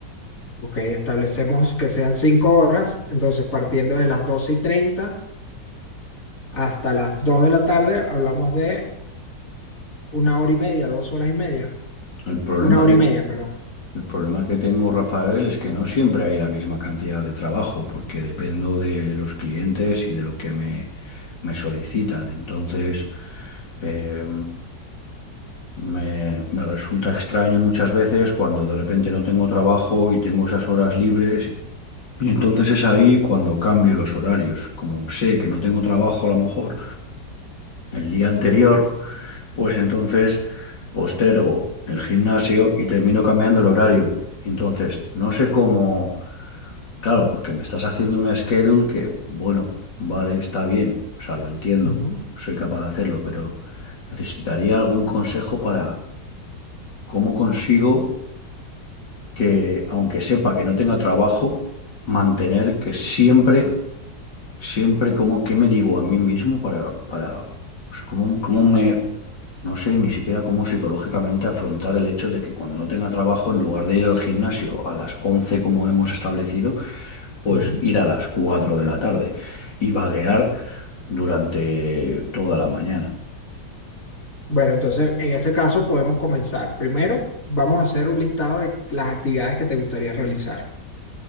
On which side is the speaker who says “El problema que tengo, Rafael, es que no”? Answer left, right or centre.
Left